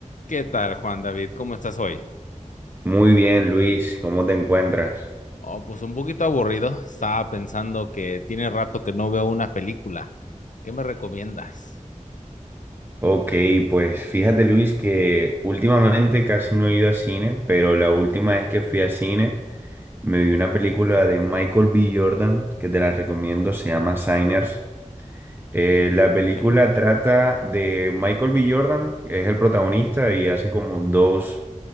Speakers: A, on the left; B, on the right.
A: ¿Qué tal, Juan David? ¿Cómo estás hoy?
B: Muy bien, Luis, ¿cómo te encuentras?
A: Oh, pues un poquito aburrido. Estaba pensando que tiene rato que no veo una película. ¿Qué me recomiendas?
B: Ok, pues fíjate, Luis, que últimamente casi no he ido a cine, pero la última vez que fui a cine me vi una película de Michael B. Jordan, que te la recomiendo, se llama Signers. Eh, la película
A: Okay,
B: trata de Michael B. Jordan, que es el protagonista y hace como dos,